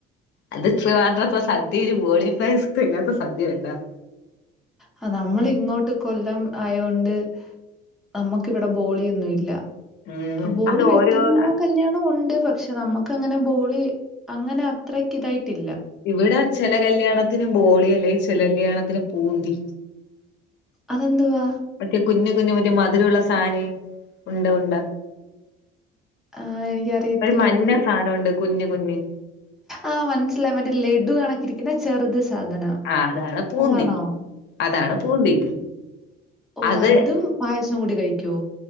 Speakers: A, on the left (about 55°); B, in the centre.
A: അത് ത്റിവാണ്ട്റത് സദ്യയില് ഓളിപായസം ഇല്ലാത്ത സദ്യയണ്ടോ
B: ആ നമ്മൾ ഇങ്ങോട്ട് കൊല്ലം ആയൊണ്ട് അമ്മക്കിവിടെ ബോളിയൊന്നും ഇല്ല
A: ഉം
B: ബോളി
A: അത്
B: വെക്കുന്ന
A: ഓരോ
B: കല്യാണോണ്ട് പശെ നമുക്കങ്ങനെ ബോളി അങ്ങനെ അത്രക്ക് തായിട്ടില്ല
A: ഇവിടെ ചെല കല്യാണത്തിന് ബോളി അല്ലെ ചില കല്യാണത്തിന് പൂന്തി
B: അതെന്തുവാ
A: മറ്റെ കുഞ്ഞ്കുഞ്ഞ് മറ്റെ മധുരള്ള സാധന ഉണ്ട ഉണ്ട
B: ആഹ് എനിക്കറിയത്തില്ലത്.
A: ഒരു മഞ്ഞ സാധനമണ്ട് കുഞ്ഞ് കുഞ്ഞ്
B: ആ മനസ്സിലായി മറ്റേ ലഡു കണക്കിരിക്ക്ണെ ചെറുത് സാധനം
A: ആ അതാണ് പൂന്തി
B: അതാണോ?
A: അതാണ് പൂന്തി
B: ഓ
A: അത്
B: അതും പായസം കൂടി കഴിക്കോ